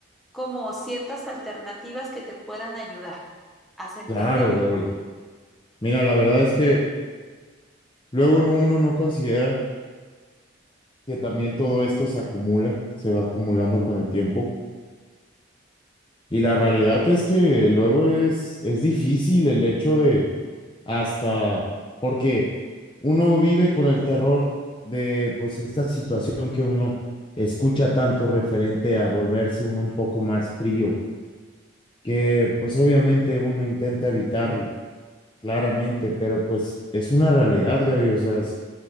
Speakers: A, in the centre; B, on the left (about 25°).
A: como ciertas alternativas que te puedan ayudar a sentirte
B: Claro,
A: mejor.
B: Gaby. Mira, la verdad es que luego no- uno no considera que también todo esto se acumula, se va acumulando con el tiempo. Y la realidad es que luego es, es difícil el hecho de hasta, porque uno vive con el terror de pues esta situación que uno escucha tanto referente a volverse uno un poco más frío que pues obviamente uno intenta evitarlo, claramente, pero pues es una realidad, Gaby, o sea, es,